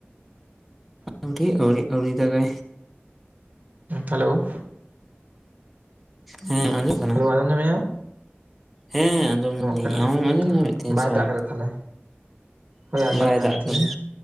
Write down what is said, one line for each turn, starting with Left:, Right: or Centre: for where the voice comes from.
Centre: ᱟᱹᱣᱨᱤ ᱟᱹᱣᱨᱤ ᱟᱹᱣᱨᱤ ᱫᱟᱜᱟᱭ
Right: ᱦᱮᱞᱳ
Centre: ᱦᱮᱸ ᱟᱸᱡᱢᱚᱜ ᱠᱟᱱᱟ᱾
Right: ᱦᱮᱞᱳ ᱟᱡᱚᱢ ᱧᱟᱢᱮᱼᱟᱢ
Centre: ᱦᱮᱸ ᱟᱸᱡᱚᱢ ᱧᱟᱢᱫᱤᱧ
Right: ᱠᱟᱱᱟ
Centre: ᱟᱢᱮᱢ ᱟᱸᱡᱚᱢ
Right: ᱟᱫᱚ ᱦᱟᱸᱜ
Centre: ᱧᱟᱢᱮᱫ ᱛᱤᱧᱟᱹ
Right: ᱵᱟᱭ
Centre: ᱥᱮ
Right: ᱫᱟᱜ
Centre: ᱵᱟᱝ?
Right: ᱠᱟᱫᱟ ᱛᱟᱦᱞᱮ ᱦᱳᱭ ᱟᱸᱡᱚᱢ
Centre: ᱵᱟᱭ
Right: ᱧᱟᱢ
Centre: ᱫᱟᱜ
Right: ᱫᱤᱧ
Centre: ᱠᱟᱫᱟ᱾